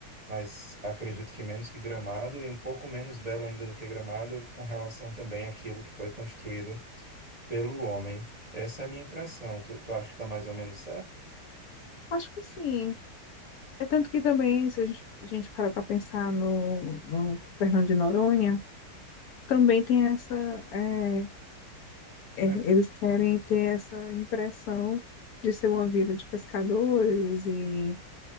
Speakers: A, on the right; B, on the left.
A: mas acredito que menos que Gramado e um pouco menos belo ainda do que Gramado com relação também àquilo que foi construído pelo homem. Essa é a minha impressão. Tu, tu acha que está mais ou menos certo?
B: acho que sim. É tanto que também, se a gente, a gente parar para pensar no, no Fernando de Noronha, também tem essa, é, É,
A: É.
B: eles querem ter essa impressão de ser uma vida de pescadores e,